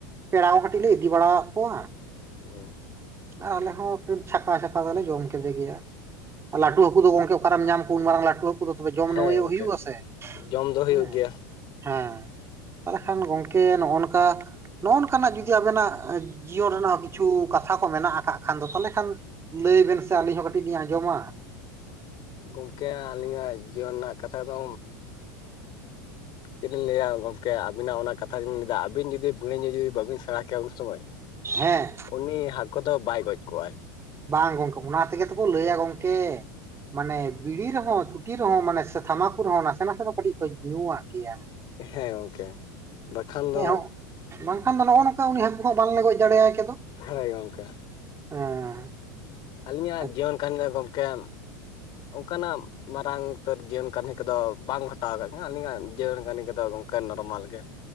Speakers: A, on the right; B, on the left.
A: ᱯᱮᱲᱟ ᱠᱚ ᱠᱟᱹᱴᱤᱡ ᱞᱮ ᱤᱫᱤ ᱵᱟᱲᱟᱣᱟᱜ ᱠᱚᱣᱟ
B: ᱦᱮᱸ
A: ᱟᱨ ᱟᱞᱮ ᱦᱚᱸ ᱪᱷᱟᱯᱷᱟ ᱪᱷᱟᱯᱷᱟ ᱫᱚᱞᱮ ᱡᱚᱢ ᱠᱮᱫᱮ ᱜᱮᱭᱟ ᱞᱟᱹᱴᱩ ᱦᱟᱹᱠᱩ ᱫᱚ ᱜᱚᱝᱠᱮ ᱚᱠᱟ ᱨᱮᱢ ᱧᱟᱢ ᱠᱩ ᱩᱱ ᱢᱟᱨᱟᱝ ᱞᱟᱹᱴᱩ ᱦᱟᱹᱠᱩ ᱫᱚ ᱛᱚᱵᱮ ᱡᱚᱢ
B: ᱦᱮᱸ
A: ᱱᱟᱹᱢᱟᱹᱭᱚᱜ
B: ᱜᱚᱝᱠᱮ
A: ᱦᱩᱭᱩᱜ ᱟᱥᱮ
B: ᱡᱚᱢ ᱫᱚ ᱦᱩᱭᱩᱜ
A: ᱦᱮᱸ
B: ᱜᱮᱭᱟ
A: ᱦᱮᱸ᱾ ᱛᱟᱦᱚᱞᱮ ᱠᱷᱟᱱ ᱜᱚᱝᱠᱮ ᱱᱚᱜᱼᱚ ᱱᱚᱝᱠᱟ ᱱᱚᱝᱠᱟᱱᱟᱜ ᱡᱩᱫᱤ ᱟᱵᱮᱱᱟᱜ ᱡᱤᱭᱚᱱ ᱨᱮᱱᱟᱜ ᱠᱤᱪᱷᱩ ᱠᱟᱛᱷᱟ ᱠᱚ ᱢᱮᱱᱟᱜ ᱟᱠᱟᱫ ᱠᱷᱟᱱ ᱫᱚ ᱛᱟᱦᱚᱞᱮ ᱠᱷᱟᱱ ᱞᱟᱹᱭ ᱵᱮᱱ ᱥᱮ ᱟᱹᱞᱤᱧ ᱦᱚᱸ ᱠᱟᱹᱴᱤᱡ ᱞᱤᱧ ᱟᱸᱡᱚᱢᱟ?
B: ᱜᱚᱝᱠᱮ ᱟᱹᱞᱤᱧᱟᱜ ᱡᱤᱭᱚᱱ ᱨᱮᱱᱟᱜ ᱠᱟᱛᱷᱟ ᱫᱚ ᱪᱮᱫ ᱞᱤᱧ ᱞᱟᱹᱭᱟ ᱜᱚᱝᱠᱮ? ᱟᱵᱤᱱᱟᱜ ᱚᱱᱟ ᱠᱟᱛᱷᱟ ᱜᱮᱞᱤᱧ ᱞᱟᱹᱭ ᱫᱟ ᱟᱹᱵᱤᱱ ᱡᱩᱫᱤ ᱵᱤᱲᱤ ᱧᱩ ᱡᱩᱫᱤ ᱵᱟᱹᱵᱤᱱ ᱥᱮᱬᱟ ᱠᱮᱭᱟ ᱩᱱ ᱥᱚᱢᱚᱭ
A: ᱦᱮᱸ
B: ᱩᱱᱤ ᱦᱟᱹᱠᱩ ᱫᱚ ᱵᱟᱭ ᱜᱚᱡ ᱠᱚᱜ-ᱟᱭ᱾
A: ᱵᱟᱝ ᱜᱚᱝᱠᱮ ᱚᱱᱟ ᱛᱮᱜᱮ ᱛᱚᱠᱚ ᱞᱟᱹᱭᱟ ᱜᱚᱝᱠᱮ ᱢᱟᱱᱮ ᱵᱤᱲᱤ ᱨᱮᱦᱚᱸ ᱪᱩᱴᱤ ᱨᱮᱦᱚᱸ ᱢᱟᱱᱮ ᱥᱮ ᱛᱷᱟᱢᱟᱠᱩᱨ ᱨᱮᱦᱚᱸ ᱱᱟᱥᱮ ᱱᱟᱥᱮ ᱫᱚ ᱠᱟᱹᱴᱤᱡ ᱠᱚ ᱧᱩᱣᱟᱜ ᱜᱮᱭᱟ᱾
B: ᱦᱮᱸ ᱜᱚᱝᱠᱮ, ᱵᱟᱠᱷᱟᱱ ᱫᱚ
A: ᱦᱮᱸᱜ ᱵᱟᱝᱠᱷᱟᱱ ᱫᱚ ᱱᱚᱜᱼᱚ ᱱᱚᱝᱠᱟ ᱩᱱᱤ ᱦᱟᱹᱠᱩ ᱦᱚᱸ ᱵᱟᱝ ᱞᱮ ᱜᱚᱡ ᱫᱟᱲᱮᱭᱟᱭ ᱠᱮᱫᱚ᱾
B: ᱦᱳᱭ ᱜᱚᱝᱠᱮ,
A: ᱦᱮᱸ
B: ᱟᱹᱞᱤᱧᱟᱜ
A: ᱟᱪᱪᱷᱟ
B: ᱡᱤᱭᱚᱱ ᱠᱟᱹᱦᱱᱤ ᱫᱚ ᱜᱚᱝᱢᱮ ᱚᱱᱠᱟᱱᱟᱜ ᱢᱟᱨᱟᱝ ᱩᱛᱟᱹᱨ ᱡᱤᱭᱚᱱ ᱠᱟᱹᱱᱦᱤ ᱠᱚᱫᱚ ᱵᱟᱝ ᱜᱷᱚᱴᱟᱣ ᱟᱠᱟᱫ ᱞᱤᱧᱟ᱾ ᱟᱹᱞᱤᱧᱟᱜ ᱡᱤᱭᱚᱱ ᱠᱟᱹᱦᱱᱤ ᱠᱚᱫᱚ ᱜᱚᱝᱠᱮ ᱱᱚᱨᱢᱟᱞ ᱜᱮ᱾